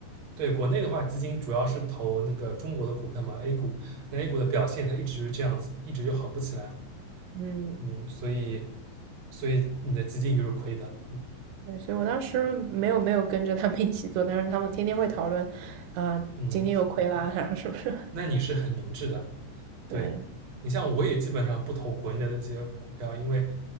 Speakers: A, on the right (about 45°); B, on the right (about 85°).
A: 对，国内的话，基金主要是投那个中国的股票嘛，A 股，那 A 股的表现它一直就是这样子，一直就好不起来。
B: 嗯，
A: 嗯，所以所以你的基金就是亏的。嗯
B: 对，所以我当时没有没有跟着他们一起做，但是他们天天会讨论，啊、
A: 嗯，
B: 今天又亏了啊，<laughs> 然后是不是？
A: 那你是很明智的。对，
B: 对，
A: 你像我也基本上不投国内的那些股票，因为